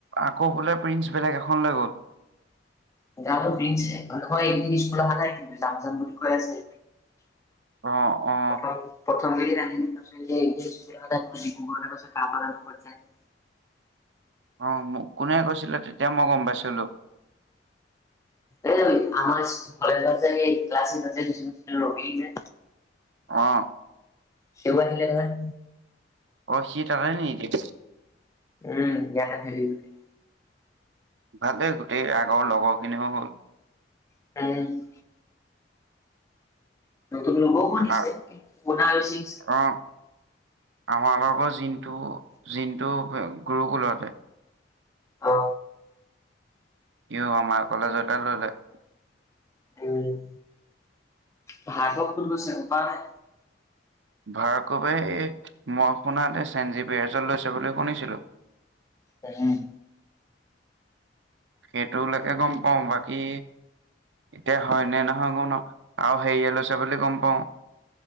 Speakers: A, on the right (about 80°); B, on the left (about 15°).
A: আকৌ বোলে প্ৰিঞ্চ বেলেগ এখন লৈ গ'ল।
B: জানো প্ৰিঞ্চ <unintelligible> এইকেইদিন স্কুল অহা নাই কিন্তু যাম যাম বুলি কৈ আছে।
A: অ অ।
B: থম প্ৰথম কেইদিন আহিল তাৰপিছত এতিয়া স্কুল অহা নাই ডিব্ৰুগড় লে গৈছে <unintelligible>
A: অ মোক কোনে কৈছিলে তেতিয়া মই গম পাইছিলো।
B: এই আমাৰ ইচ কলেজত যে হেই ক্লাছ চিটত যে দিছিলোঁ ৰবি যে
A: অ।
B: সিও আহিলে নহয়।
A: অ সি থাকা নি এতিয়া।
B: উম এতিয়া থাকে <unintelligible>
A: ভালেই গোটেই আগৰ লগৰখিনিও হ'ল।
B: <unintelligible> নতুন লগৰো বনিছে
A: আ-
B: কিন পুনা আৰু ছিক্স
A: অ আমাৰ আমাৰ ঘৰ জিণ্টু জিণ্টু অ গুৰুকুুলতে।
B: অ।
A: ইও আমাৰ কলেজতে ললে।
B: উম ভাৰ্গৱ কত লৈছে গম পাওঁ নে?
A: ভাৰ্গৱে এই মই শুনাতে চেণ্ট জিভয়াৰজত লৈছে বুলি শুনিছিলো।
B: এ উম।
A: সেইটোলৈকে গম পাওঁ বাকী এতিয়া হয় নে নহয় গম নাপাওঁ আৰু হেৰিয়ে লৈছে বুলি গম পাও।